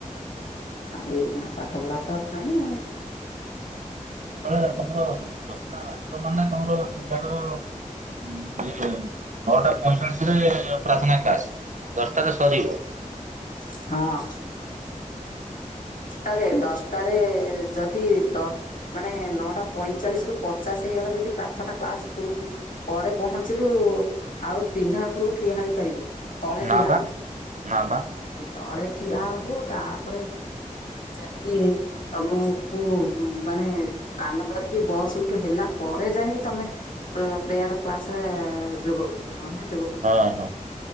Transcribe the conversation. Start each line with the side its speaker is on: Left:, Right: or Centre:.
Left: ଆଉ ଏଇ ଖଣିଆ ପାଠ ପଢା ତ ନାଇଁ ଆଉ।
Right: ଯେତେବେଳେ ତମର ଦଶଟା ବାଜିବ ମାନେ ତମର <unintelligible> ନ୍ ତାଙ୍କର ଇଏ ନଅଟା ପଇଁଚାଳିଶି ରେ ପ୍ରାର୍ଥନା କ୍ଲାସ ଦଶଟାରେ ସରିବ।
Left: ହଁ। ଦଶଟାରେ ଦଶଟାରେ ଯଦି ଦ ମାନେ ନଅଟା ପଇଁଚାଳିଶି ରୁ ପଚାଶ ହେଇଗଲା ଯଦି ପ୍ରାଥନା କ୍ଲାସ ପୁର୍ବୁ ପରେ ପହଞ୍ଚିଲୁ ଆଉ ପିଣ୍ଡା ଉପରୁକୁ ଠିଆ ହେଇ ପାରିବୁନୁ ତଳେ
Right: ନା
Left: ଠିଆ
Right: ବା
Left: ହବୁ
Right: ନା ବା।
Left: ତଳେ ଠିଆ ହବୁ ତାପରେ ଯାଇଁକି ତମକୁ ମାନେ କାନ ଧରିକି ବସ୍ ଉଠୁ ହେଲା ପରେ ଯାଇକି ତମେ ପ୍ରେୟାର କ୍ଲାସ ରେ ଯୋଗ କରିବ ନହେଲେ ନାହିଁ।
Right: ହଁ ହଁ